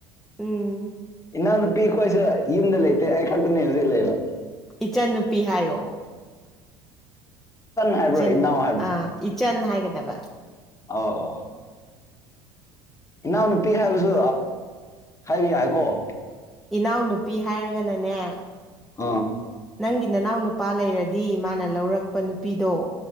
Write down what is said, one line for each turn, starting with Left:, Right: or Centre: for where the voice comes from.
Centre: ꯎꯝ
Left: ꯏꯟꯅꯥꯎ ꯄꯤ ꯑꯩꯈꯣꯏꯁꯦ ꯌꯨꯝꯗ ꯂꯩꯇꯦ ꯑꯩ ꯈꯛꯇꯅꯦ ꯍꯧꯖꯤꯛ ꯂꯩꯕ
Centre: ꯏꯆꯟꯅꯨꯄꯤ ꯍꯥꯏꯌꯣ
Left: ꯍꯥꯏꯕ꯭ꯔꯣ
Centre: ꯏꯆꯟ
Left: ꯏꯅꯥꯎ
Centre: ꯑꯥ ꯏꯆꯟ ꯍꯥꯏꯒꯗꯕ
Left: ꯑꯣ ꯑꯣ ꯏꯅꯥꯎꯅꯨꯄꯤ ꯍꯥꯏꯕꯁꯨ ꯍꯥꯏꯕ ꯌꯥꯏꯀꯣ
Centre: ꯏꯅꯥꯎꯅꯨꯄꯤ ꯍꯥꯏꯔꯒꯅꯅꯦ
Left: ꯑꯥ
Centre: ꯅꯪꯒꯤ ꯅꯅꯥꯎ ꯅꯨꯄꯥ ꯂꯩꯔꯗꯤ ꯃꯥꯅ ꯂꯧꯔꯛꯄ ꯅꯨꯄꯤꯗꯣ